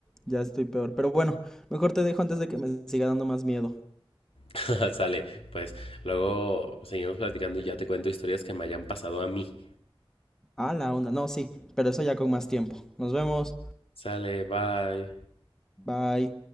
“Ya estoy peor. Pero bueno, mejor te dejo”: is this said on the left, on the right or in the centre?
Centre